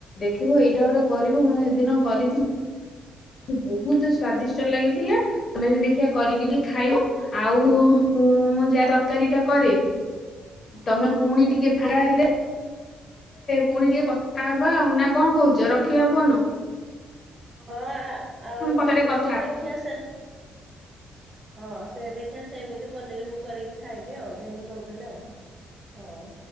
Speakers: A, on the left (about 40°); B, on the right (about 30°).
A: ଦେଖିବ ଏଇଟା ଗୋଟେ କରିବୁ ମୁଁ ସେଦିନ କରିଥିଲି। ବହୁତ ସ୍ଵାଦିଷ୍ଟ ଲାଗିଥିଲା ତମେ ବି ଦେଖିବା କରିକି ଟିକେ ଖାଇବ ଆଉ ମୁଁ ଯାହା ତରକାରୀ ଟା କରେ ତମେ ପୁଣି ଟିକେ ଫା ହେଲେ ପୁଣି ଟିକେ କଥା ହବା ଆଉ ନା କଣ କହୁଛ ରଖିବା ଫୋଅନ-
B: ହଁ ଆଉ
A: ପଛରେ
B: ହଉ
A: କଥା
B: ଦେଖି ଆସେ ହଁ ସେ ଦେଖିିବା ସେମିତି ପନିର ମୁଁ କରିକି ଖାଇବି ଆଉ ଯେମିତି କହୁଥିଲି ଆଉ ହଉ